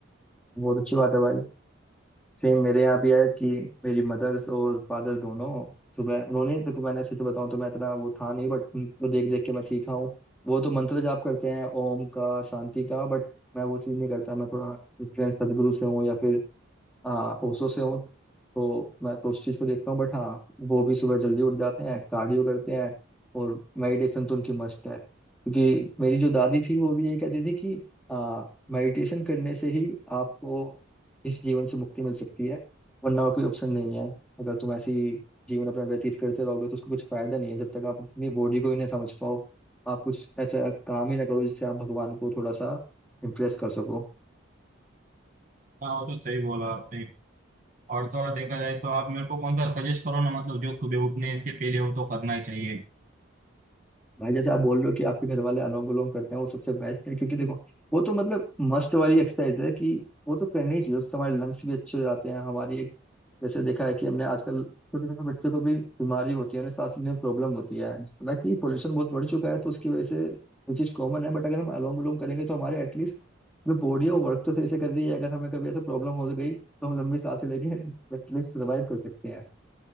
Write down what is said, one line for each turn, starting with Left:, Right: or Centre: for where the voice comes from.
Centre: बहुत अच्छी बात है भाई सेम मेरे यहाँ भी है कि मेरी मदर्स और फादर दोनों सुबह उन्होंने देखो मैंने सच बताऊं तो मैं इतना वो था नहीं बट उनको देख देख के मैं सीखा हूँ वो तो मंत्र जाप करते हैं ओम का शांति का बट मैं वो चीज़ नहीं करता मैं थोड़ा इन्फ्लुएंस सदगुरु से हूँ या फिर आ, ओशो से हूँ तो मैं तो उस चीज़ को देखता हूँ बट हाँ वो भी सुबह जल्दी उठ जाते हैं कार्डियो करते हैं और मेडिटेशन तो उनकी मस्त है क्योंकि मेरी जो दादी थी वो भी यही कहती थी कि हाँ मेडिटेशन करने से ही आपको इस जीवन से मुक्ति मिल सकती है वरना और कोई ऑप्शन नहीं है अगर तुम ऐसी जीवन अपना व्यतीत करते रहोगे तो उसका कुछ फायदा नहीं है जब तक आप अपनी बॉडी को ही ना समझ पाओ आप कुछ ऐसा काम ही ना करो जिससे आप भगवान को थोड़ा सा इम्प्रेस कर सको
Right: हाँ वो तो सही बोला आपने और तो और देखा जाए तो आप मेरे को कौन सा सजेस्ट करो ना मतलब जो सुबह उठने से पहले वो तो करना ही चाहिए
Centre: भाई जैसे आप बोल रहे हो कि आपके घर वाले अलोंग विलोंग करते हैं वो सबसे बेस्ट है क्योंकि देखो वो तो मतलब मस्ट वाली एक्सरसाइज है कि वो तो करनी ही चाहिए उससे हमारे लंग्स भी अच्छे हो जाते हैं हमारी एक जैसे देखा है कि हमने आजकल छोटे छोटे बच्चों को भी बीमारी होती है उन्हें सांस लेने में प्रॉब्लम होती है हालांकि पोल्यूशन बहुत बढ़ चुका है तो उसकी वजह से ये चीज कॉमन है बट अगर हम अलोंग विलोंग करेंगे तो हमारे एटलीस्ट जो बॉडी है वो वर्क तो फिर से कर रही है अगर हमें कभी ऐसा प्रॉब्लम हो गई तो हम लंबी सांसें लेके <laughs> एटलीस्ट सर्वाइव कर सकते हैं